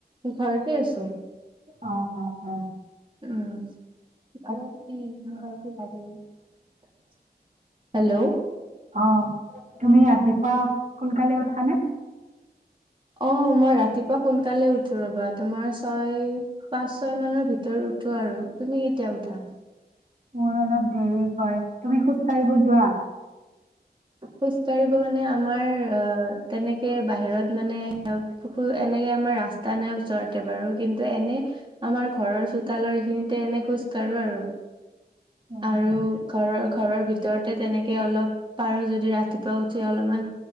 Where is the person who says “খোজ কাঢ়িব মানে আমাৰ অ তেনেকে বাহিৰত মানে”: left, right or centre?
Right